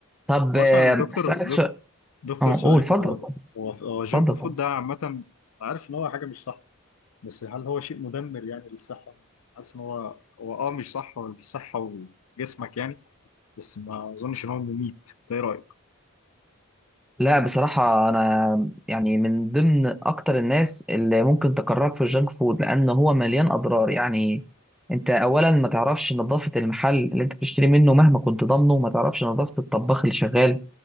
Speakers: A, in the centre; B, on the left.
A: طب
B: هو
A: آه،
B: اصلا الدكتور
A: هسألك سؤال
B: دكتور
A: اه
B: سؤال
A: قول اتفضل
B: كده هو هو هو
A: اتفضل
B: جانك فود
A: اتفضل.
B: ده عامة عارف إن هو حاجة مش صح بس هل هو شيء مدمر يعني للصحة؟ حاسس إن هو هو أه مش صح للصحة وجسمك يعني بس ما أظنش إن هو مميت، أنت إيه رأيك؟
A: لا بصراحة أنا يعني من ضمن أكتر الناس اللي ممكن تكرهك في الجانك فود لأن هو مليان أضرار يعني أنت أولا ما تعرفش نظافة المحل اللي أنت بتشتري منه مهما كنت ضامنه ما تعرفش نظافة الطباخ اللي شغال ما